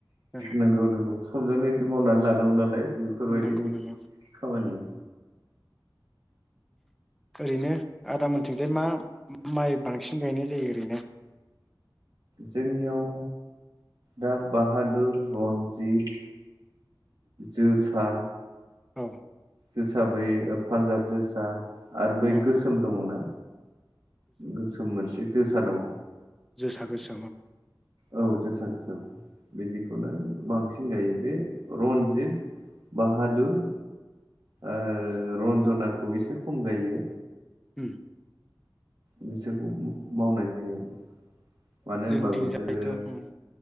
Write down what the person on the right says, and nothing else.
नोंगौ नोंगौ। समजों लोगोसे मावनानै लानांगौ नालाय। बेफोरबायदि
खामानिया
जोंनियाव दा बाहादुर, रनजित, जोसा,
जोसा बै पान्जाब जोसा आरो बै
गोसोम
दङना गोसोम मोनसे जोसा दङ।
औ जोसा गोसोम। बिदिखौनो बांसिन गायो बे रन्जित, बाहादुर आरो रन्जनाखौ एसे खम गायो।
बिसोरखौ मावनाय जायो आरो। मानो
होनबा बिसोरो